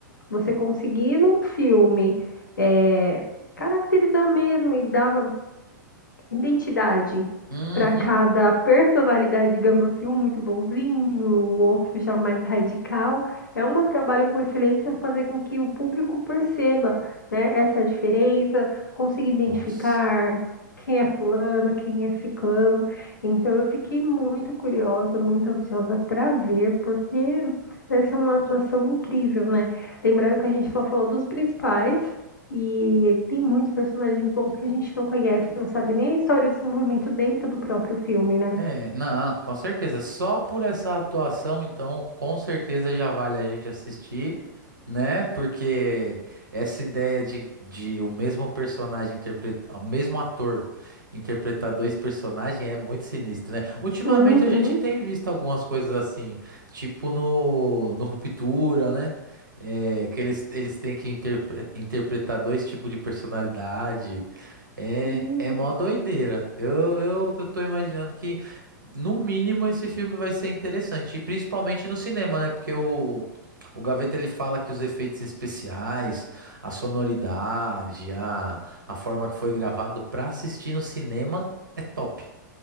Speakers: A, on the left; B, on the right.
A: você conseguir num filme. é, caracterizar mesmo e dar identidade
B: Uhum.
A: para cada personalidade, digamos assim, um muito bonzinho, o outro já mais radical. É um trabalho com excelência fazer com que o público perceba, né, essa diferença, consiga identificar
B: Nossa.
A: quem é fulano, quem é ciclano. Então eu fiquei muito curiosa, muito ansiosa para ver, porque deve ser uma atuação incrível, né? Lembrando que a gente só falou dos principais, e tem muitos personagens bons que a gente não conhece, não sabe nem a história e o desenvolvimento dentro do próprio filme, né?
B: É, não, com certeza. Só por essa atuação, então, com certeza já vale a gente assistir, né? Porque essa ideia de, de o mesmo personagem interpretar, o mesmo ator interpretar dois personagens é muito sinistro, né? Ultimamente
A: Uhum.
B: a gente tem visto algumas coisas assim, tipo no, no Ruptura, né? É, que eles, eles têm que interpre- interpretar dois tipos de personalidade. É,
A: Hum.
B: é mó doideira. Eu, eu, eu tô imaginando que, no mínimo, esse filme vai ser interessante. E principalmente no cinema, né? Porque o, o Gaveta ele fala que os efeitos especiais, a sonoridade, a, a forma que foi gravado pra assistir no cinema é top.